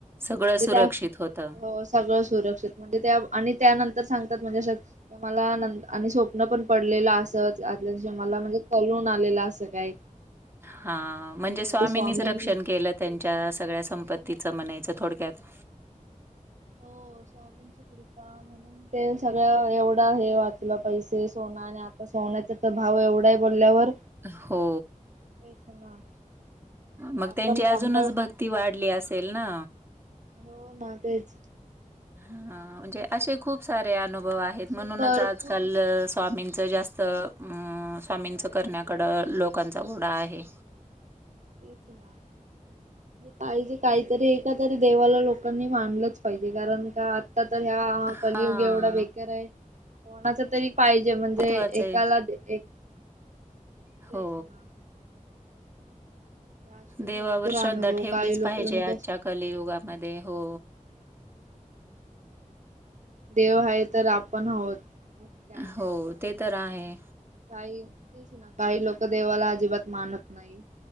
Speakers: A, on the right; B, on the right.
A: सगळं
B: म्हणजे
A: सुरक्षित
B: त्या
A: होतं.
B: सगळं सुरक्षित म्हणजे त्या. आणि त्यानंतर सांगतात. म्हणजे मला आणि स्वप्न पण पडलेलं अस. आल्या दिशी मला म्हणजे कळून आलेलं असं काय?
A: हा म्हणजे
B: एवढी
A: स्वामीनीच
B: स्वामींची
A: रक्षण केलं त्यांच्या
B: कृपा
A: सगळ. सेगळ्या संपत्तीच
B: तेच ना
A: म्हणायचं थोडक्यात.
B: <unintelligible> स्वामीनची कृपा म्हणून ते सगळ्या एवढ. हे वाचलं पैसे सोन आणि आ सोन्याचा तर भाव एवढाय बोलल्यावर.
A: हो.
B: तेच ना म्हणजे
A: मग
B: आपण
A: त्यांची
B: कंबळ
A: अजूनच भक्ती वाढली असेल ना.?
B: हो ना तेच.
A: हा म्हणजे असे खूप सारे अनुभव आहेत.
B: असे
A: म्हणूनच
B: भरपूर
A: आजकाल स्वामीं जास्त स्वामींचं
B: करत
A: करण्याकडं
B: आहेत लोक
A: लोकांचा ओडा आहे.
B: तेच ना. काजे काहीतरी एका तरी देवाला लोकांनी मांनलंच पाहिजे. कारण का? आता तर ह्या कलयुग
A: हां
B: एवढा बेकार आहे कोणाचा तरी पाहिजे म्हणजे
A: महत्वाचं
B: एकाला-
A: आहे.
B: एक.
A: हो.
B: तेच ना असे भरपूर
A: देवावर श्रद्धा
B: अनुभव
A: ठेवलीच
B: काही लोक
A: पाहिजे.
B: म्हणजे
A: आजच्या कलयुगामध्ये हो.
B: देव आहे तर आपण आहोत. काही नाही
A: हो
B: आता
A: ते तर आहे.
B: काही तेच ना काही लोक देवाला अजिबात मानत नाही.